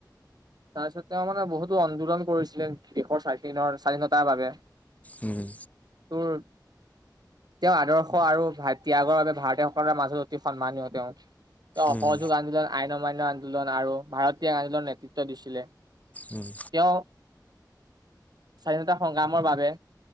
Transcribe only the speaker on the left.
উম।
উম।
উম।